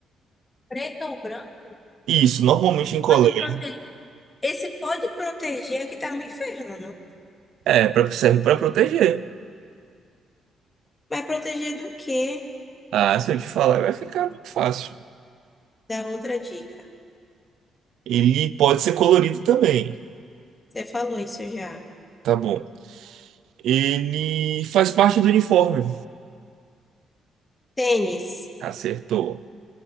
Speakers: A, on the left (about 20°); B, on the right (about 75°).
A: Preto ou branco?
B: Isso, normalmente em colégio.
A: Pode proteger. Esse pode proteger que tá me ferrando.
B: É, pra, serve para proteger.
A: mas proteger do quê?
B: Ah, se eu te falar, vai ficar muito fácil.
A: Da outra dica.
B: Ele pode ser colorido também.
A: Você falou isso já.
B: Tá bom. Ele faz parte do uniforme.
A: Tênis.
B: Acertou.